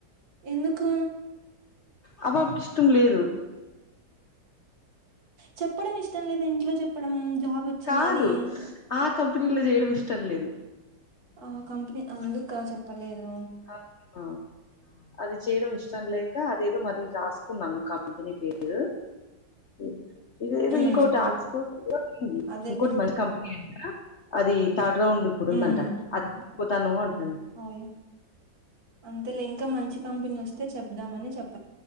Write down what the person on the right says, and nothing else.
ఎందుకు
చెప్పడం ఇష్టం లేదా ఇంట్లో చెప్పడం జాబ్ వచ్చిందని
ఊ
హు
ఆ ఉ హు
అందుక చెప్పలేదు
మ్మ్
అదేలే
మ్మ్
అయ్యో అంతేలే ఇంకా మంచి కంపెనీ వస్తే చెబుదామని చెప్పలే